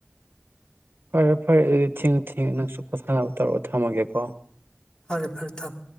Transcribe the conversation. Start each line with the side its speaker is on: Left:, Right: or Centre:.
Right: ꯐꯔꯦ ꯐꯔꯦ ꯑꯗꯨꯗꯤ ꯊꯦꯡꯉ ꯊꯦꯡꯉꯤ ꯅꯪꯁꯨ ꯄꯣꯊꯥꯅꯕ ꯇꯧꯔꯒ ꯊꯝꯃꯒꯦꯀꯣ
Left: ꯐꯔꯦ ꯐꯔꯦ ꯊꯝꯃꯣ